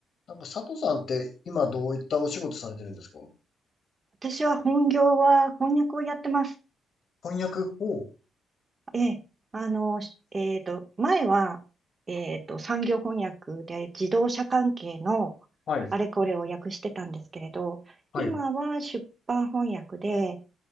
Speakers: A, on the left; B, on the right.
A: なんか佐藤さんって今どういったお仕事されてるんですか
B: 私は本業は翻訳をやってます。
A: 翻訳を。
B: ええ、あの、しえっと、前は、えっと、産業翻訳で自動車関係の
A: はい。
B: あれこれを訳してたんですけれど、
A: はい。
B: 今は出版翻訳で、